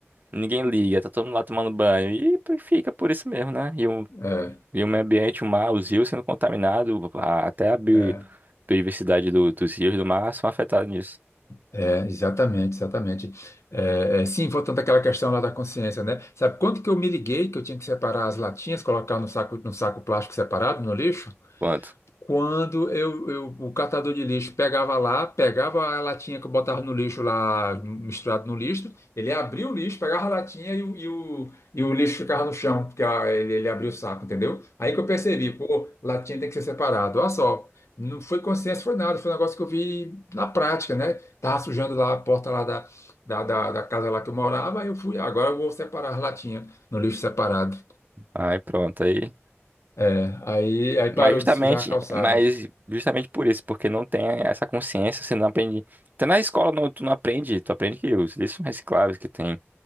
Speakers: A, on the right; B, on the left.
A: ninguém liga, tá todo mundo lá tomando banho e p- fica por isso mesmo, né? E o,
B: é,
A: e o meio ambiente, o mar, os rios sendo contaminados, até a bio-
B: é,
A: biodiversidade do- dos rios do mar são afetados nisso.
B: é, exatamente, exatamente. É, é, sim, voltando àquela questão lá da consciência, né? Sabe quanto que eu me liguei que eu tinha que separar as latinhas, colocar no saco, no saco plástico separado, no lixo?
A: Quanto?
B: Quando eu, eu- o catador de lixo pegava lá, pegava a latinha que eu botava no lixo lá, misturado no lixo, ele abria o lixo, pegava a latinha e, o, e o e o lixo ficava no chão, porque ah, ele, ele abria o saco, entendeu? Aí que eu percebi, pô, latinha tem que ser separado. Olha só, não foi consciência, foi nada, foi um negócio que eu vi na prática, né? Tava sujando lá a porta lá da, da, da, da casa lá que eu morava, aí eu fui, "Ah, agora eu vou separar as latinhas no lixo separado.
A: Aí pronto, aí.
B: É, aí, aí parou
A: Mas justamente,
B: de sujar a calçada.
A: mas justamente por isso, porque não tem essa consciência, você não aprende. Até na escola não, tu não aprende, tu aprende que os lixos são recicláveis, que tem